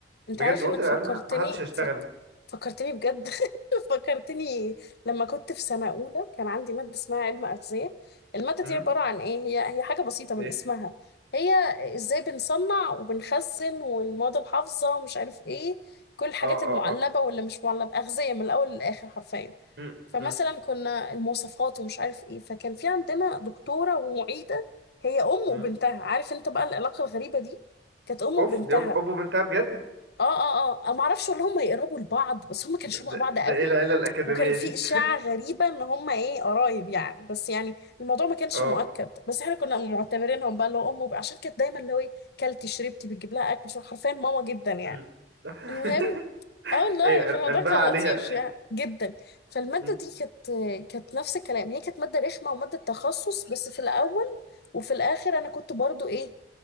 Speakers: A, on the left (about 65°); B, on the right (about 80°).
A: انت
B: بجد
A: عارف
B: وقلت
A: انك
B: للعيال
A: فكرتني
B: مح- محدش هيشتغل
A: فك... فكرتني بجد <laughs> فكرتني لما كنت في سنة أولى كان عندي مادة اسمها علم أغذية المادة دي
B: أمم،
A: عبارة عن ايه هي هي حاجة بسيطة من
B: إيه
A: اسمها هي ازاي بنصنع وبنخزن والمواد الحافظة ومش عارف ايه كل الحاجات
B: أه أه
A: المعلبة
B: أه
A: واللي مش معلبة أغذية من الأول للآخر حرفيا
B: أمم،
A: فمثلا
B: أمم،
A: كنا المواصفات ومش عارف ايه فكان في عندنا دكتورة ومعيدة هي أم
B: أمم.
A: وبنتها عارف انت بقى العلاقة الغريبة دي كانت أم وبنتها
B: أوف دي أم أوبو بنتها بجد
A: اه اه اه أنا ما اعرفش ولا هم يقربوا لبعض بس هم كانوا
B: ده,
A: شبه بعض
B: ده
A: قوي
B: إيه العيلة الأكاديمية
A: وكان في
B: دي
A: اشاعه غريبه ان هم ايه قرايب يعني بس يعني الموضوع ما
B: <laughs>
A: كانش
B: أه
A: مؤكد بس احنا كنا معتبرينهم بقى اللي هو امه عشان كانت دايما اللي هو إيه، كلتي شربتي بتجيب لها اكل شو حرفيا ماما جدا يعني
B: مم. <laughs>
A: المهم اه والله
B: ايوه
A: الموضوع
B: قلبها
A: كان
B: عليها
A: لطيف يعني جدا فالماده
B: مم.
A: دي كانت كانت نفس الكلام هي كانت ماده رخمه وماده تخصص بس في الاول وفي الاخر انا كنت برضو ايه